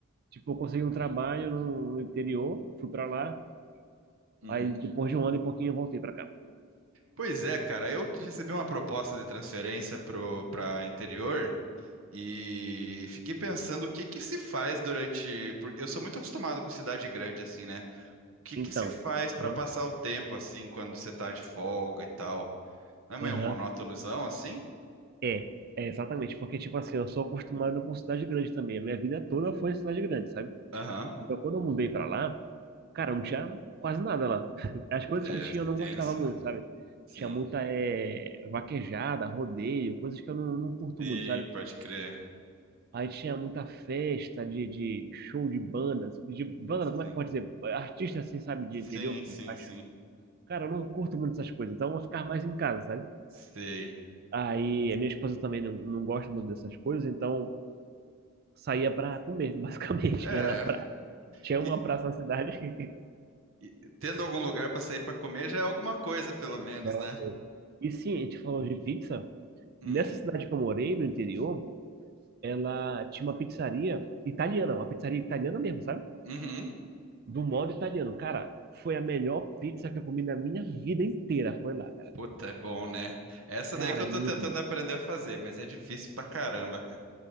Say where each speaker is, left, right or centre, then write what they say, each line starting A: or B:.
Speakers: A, on the right; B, on the right.
A: Tipo, eu consegui um trabalho no, no interior, fui pra lá,
B: Uhum.
A: aí depois de um ano e pouquinho eu voltei pra cá.
B: Pois é, cara, eu recebi uma proposta de transferência pro para interior e fiquei pensando o que que se faz durante, porque eu sou muito acostumado com cidade grande assim, né? O que
A: Então,
B: que se faz
A: aham,
B: para passar o tempo assim quando você tá de folga e tal? Não é meio
A: aham.
B: monótonozão assim?
A: É, é exatamente, porque, tipo assim, eu sou acostumado com cidade grande também. A minha vida toda foi cidade grande, sabe?
B: Aham.
A: Então, quando eu mudei pra lá, cara, não tinha quase nada lá. <laughs> As coisas
B: É
A: que tinha eu não
B: tenso,
A: gostava muito,
B: né?
A: sabe?
B: Sim.
A: Tinha muita eh, vaquejada, rodeio, coisas que eu não, não curto
B: Sim,
A: muito, sabe?
B: pode crer.
A: Aí tinha muita festa de, de show de bandas, de banda,
B: Sim.
A: como é que pode dizer? Artista assim, sabe, de
B: Sim,
A: interior que
B: sim,
A: faz.
B: sim.
A: Cara, eu não curto muito essas coisas, então eu vou ficar mais em casa, sabe?
B: Sei.
A: Aí a minha esposa também não, não gosta muito dessas coisas, então saía pra comer, <laughs> basicamente.
B: É,
A: Ia na pra... Tinha
B: e,
A: uma praça na cidade <laughs>
B: e tendo algum lugar para sair para comer já é alguma coisa pelo menos,
A: É uma
B: né?
A: coisa. E sim, a gente falou de pizza.
B: Hum.
A: Nessa cidade que eu morei, no interior, ela tinha uma pizzaria italiana, uma pizzaria italiana mesmo, sabe?
B: Uhum.
A: Do modo italiano. Cara, foi a melhor pizza que eu comi na minha vida inteira. Foi lá, cara.
B: Puta, é bom, né? Essa
A: Cara,
B: daí que eu
A: é
B: tô
A: muito
B: tentando
A: bom.
B: aprender a fazer, mas é difícil pra caramba, cara.